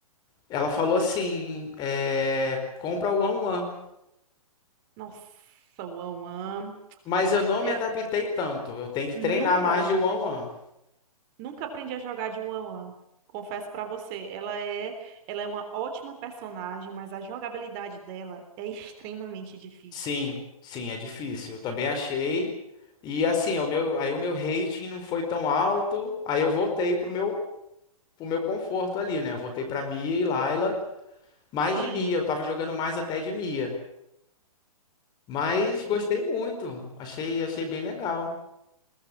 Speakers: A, on the left; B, on the right.
A: Ela falou assim: é, compra o One One.
B: Nossa, One One.
A: Mas eu não
B: Eu
A: me adaptei tanto. Eu tenho que
B: nunca,
A: treinar mais de One One.
B: nunca aprendi a jogar de One One. Confesso pra você, ela é, ela é uma ótima personagem, mas a jogabilidade dela é extremamente difícil.
A: Sim, sim, é difícil. Eu também achei. E assim, é o meu, aí o meu rating não foi tão alto. Aí eu voltei pro meu, pro meu conforto ali, né? Eu voltei pra Mia e Layla. Mais
B: Sim.
A: de Mia, eu tava jogando mais até de Mia. Mas gostei muito. Achei, achei bem legal.